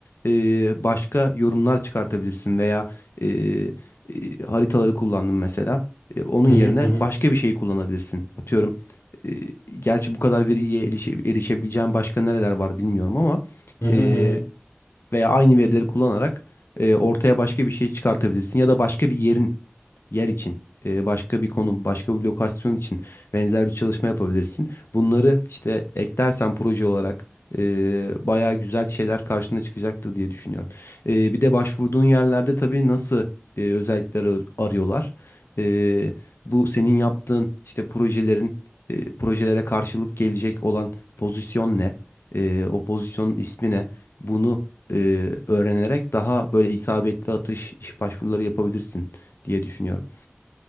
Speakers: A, on the left; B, on the left.
A: e, başka yorumlar çıkartabilirsin veya e, e, haritaları kullandım mesela. E, onun
B: hı
A: yerine
B: hı.
A: başka bir şey kullanabilirsin. Atıyorum e, gerçi bu kadar veriye erişe, erişebileceğin başka nereler var bilmiyorum ama
B: Hı hı
A: e,
B: hı hı.
A: veya aynı verileri kullanarak e, ortaya başka bir şey çıkartabilirsin ya da başka bir yerin yer için, e, başka bir konum, başka bir lokasyon için benzer bir çalışma yapabilirsin. Bunları işte eklersen proje olarak e, bayağı güzel şeyler karşına çıkacaktır diye düşünüyorum. E, bir de başvurduğun yerlerde tabii nasıl e, özellikler ar- arıyorlar. E, bu senin yaptığın işte projelerin e, projelere karşılık gelecek olan pozisyon ne? E, o pozisyonun ismi ne? Bunu e, öğrenerek daha böyle isabetli atış iş başvuruları yapabilirsin diye düşünüyorum.